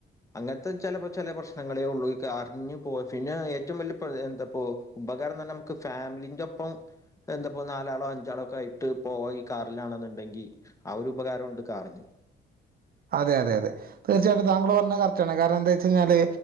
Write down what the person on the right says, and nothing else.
അതെ അതെ അതെ തീർച്ചയായിട്ടും താങ്കള് പറഞ്ഞത് കറക്റ്റാണ് കാരണം എന്താ വെച്ച് കഴിഞ്ഞാല്